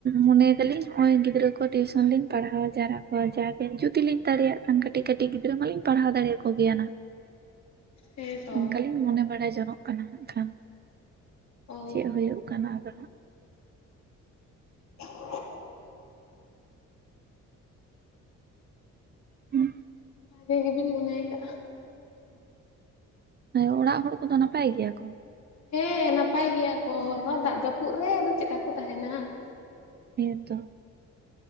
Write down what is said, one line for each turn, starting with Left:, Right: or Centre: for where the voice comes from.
Right: ᱢᱚᱱᱮᱭ ᱫᱟᱞᱤᱧ ᱱᱚᱜ ᱚᱭ ᱜᱤᱫᱽᱨᱟᱹ ᱠᱚ ᱴᱤᱭᱩᱥᱚᱱ ᱞᱤᱧ ᱯᱟᱲᱦᱟ ᱡᱟᱣᱨᱟ ᱦᱳᱭ ᱡᱟ ᱜᱮ ᱡᱩᱫᱤ ᱞᱤᱧ ᱫᱟᱲᱮᱭᱟᱜ ᱠᱷᱟᱱ ᱠᱟᱹᱴᱤᱡ ᱠᱟᱹᱴᱤᱡ ᱜᱤᱫᱽᱨᱟᱹ ᱢᱟᱞᱤᱧ ᱯᱟᱲᱦᱟᱣ ᱫᱟᱲᱮ ᱟᱠᱚ ᱜᱮᱭᱟ ᱱᱟ᱾
Left: ᱦᱮᱸᱛᱚ
Right: ᱚᱱᱠᱟ ᱞᱤᱧ ᱢᱚᱱᱮ ᱵᱟᱲᱟᱭ ᱡᱚᱱᱚᱜ ᱠᱟᱱᱟ ᱦᱟᱸᱜ ᱠᱷᱟᱱ᱾
Left: ᱚ
Right: ᱪᱮᱫ ᱦᱩᱭᱩᱜ ᱠᱟᱱᱟ ᱟᱫᱚ ᱦᱟᱜ᱾
Left: <unintelligible>
Right: ᱦᱟᱸᱜ
Left: ᱴᱷᱤᱠᱮ ᱜᱮ ᱵᱤᱱ ᱢᱚᱱᱮᱭ ᱠᱟᱜᱼᱟ᱾
Right: ᱚᱸ ᱚᱲᱟᱜ ᱦᱚᱲ ᱠᱚᱫᱚ ᱱᱟᱯᱟᱭ ᱜᱮᱭᱟ ᱠᱚ᱾
Left: ᱦᱮᱸ ᱱᱟᱯᱟᱭ ᱜᱮᱭᱟ ᱠᱚ ᱱᱚᱣᱟ ᱫᱟᱜ ᱡᱟᱹᱯᱩᱫ ᱨᱮ ᱟᱫᱚ ᱪᱮᱫᱠᱟ ᱠᱚ ᱛᱟᱦᱮᱱᱟ
Right: ᱦᱮᱸᱛᱚ᱾